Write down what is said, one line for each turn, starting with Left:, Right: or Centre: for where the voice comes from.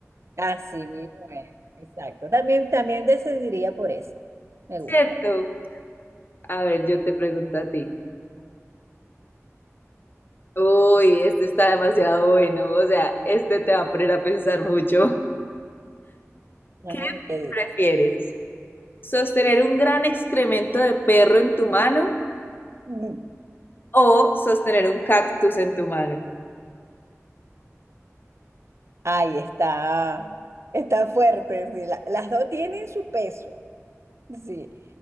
Right: así mismo es. Exacto. También, también decidiría por eso.
Left: <laughs>
Right: Me gusta.
Left: Cierto. A ver, yo te pregunto a ti. Uy, este está demasiado bueno. O sea, este te va a poner a pensar mucho. <laughs>
Right: Vamos
Left: ¿Qué
Right: a ver qué dice.
Left: prefieres?
Right: <laughs>
Left: ¿Sostener un gran excremento de perro en tu mano
Right: Mm.
Left: o sostener un cactus en tu mano?
Right: Ay, está, está fuerte. sí. La- las dos tienen su peso. Sí.